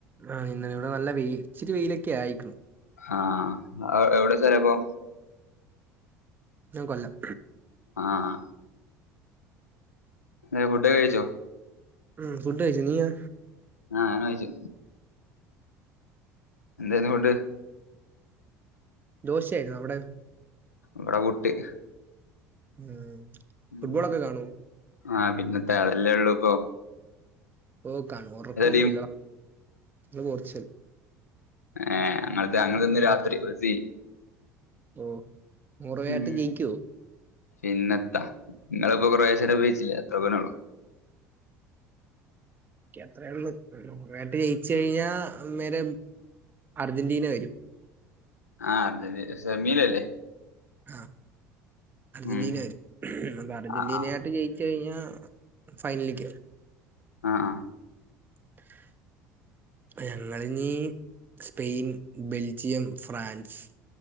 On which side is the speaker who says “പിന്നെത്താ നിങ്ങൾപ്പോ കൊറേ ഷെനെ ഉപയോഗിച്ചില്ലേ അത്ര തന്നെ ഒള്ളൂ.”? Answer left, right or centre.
Left